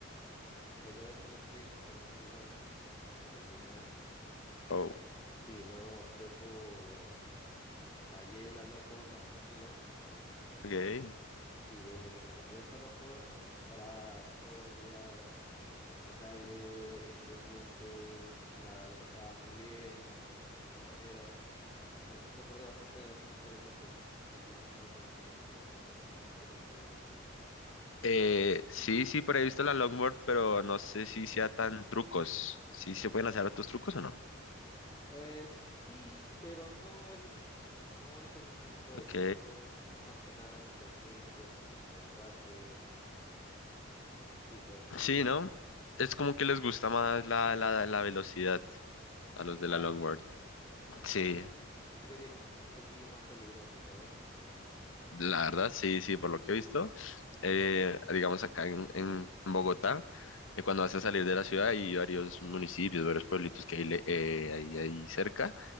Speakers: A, on the left; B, on the left.
A: Mira, yo dejé el skate hace muchos años, cuando me lesioné,
B: Oh,
A: y luego opté por... eh, hallé la longboard más tranquilo,
B: ok.
A: y desde que me compré esa longboard, para todo el día en, en la calle, en pendientes, la, la pasaba muy bien con mis compañeros. Es, es un deporte bastante, bastante interesante. No sé si has tenido la oportunidad de hacerlo, es, bueno, es prácticamente igual al skate.
B: Eh, sí, sí, por ahí he visto la longboard, pero no sé si sea tan trucos. ¿Sí se pueden hacer otros trucos o no?
A: Eh, sí, pero no es lo mismo. No es el mismo tipo de
B: Ok.
A: trucos, son más que nada en pendientes, son como derrapes, y pues sí,
B: Sí,
A: es
B: ¿no? Es como que les gusta más la, la, la velocidad a
A: tal
B: los
A: cual.
B: de la longboard. Sí,
A: Y yo creería que es un poquillo más peligroso, ¿sabes?
B: la verdad, sí, sí, por lo que he visto. eh, digamos acá en, en Bogotá, eh, cuando vas a salir de la ciudad hay varios municipios, varios pueblitos que hay, le- eh, ahí, ahí cerca.